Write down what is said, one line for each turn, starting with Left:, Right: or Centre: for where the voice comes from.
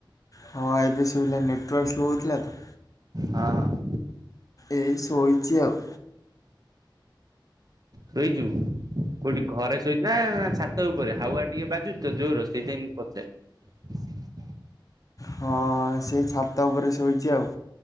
Left: ହଁ ଏବେ ଶୁଭିଲା ନେଟ୍ ଟ୍ ୱାର୍କ ସ୍ଲୋ ହୋଇଥିଲା ତ,
Right: ହଁ
Left: ଏଇ ଶୋଇଚି ଆଉ।
Right: ଶୋଇଚୁ? କଉଠି ଘରେ ଶୋଇଚୁ ନା ଛାତ ଉପରେ, ହାୱା ଟିକେ ବାଜୁଚି ତ ଜୋର୍ ସେଇତି ପାଇଁ ମୁଁ ପଚାରିଲି।
Left: ହଁ, ସେ ଛାତ ଉପରେ ଶୋଇଚି ଆଉ,